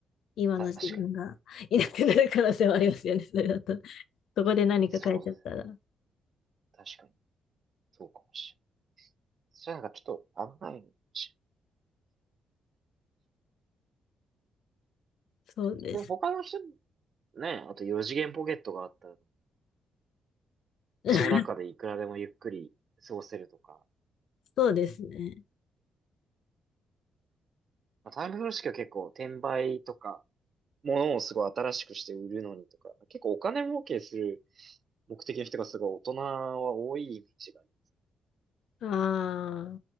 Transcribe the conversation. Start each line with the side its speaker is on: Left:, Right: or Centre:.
Left: 今の自分がいなくなる可能性はありますよね。
Right: か。確かに。
Left: それだと。そこで何か変えちゃったら。
Right: そうですね。確かに。そうかもしれない。それなんかちょっと危ないのかもしれ
Left: そうです。
Right: ない。でも他の人、ね、あと4次元ポケットがあったら、
Left: <laughs>
Right: その中でいくらでもゆっくり過ごせるとか。
Left: そうですね。
Right: まあ、タイム風呂式は結構転売とか、物をすごい新しくして売るのにとか、結構お金儲けする目的の人がすごい大人は多いイメージがある。
Left: ああ、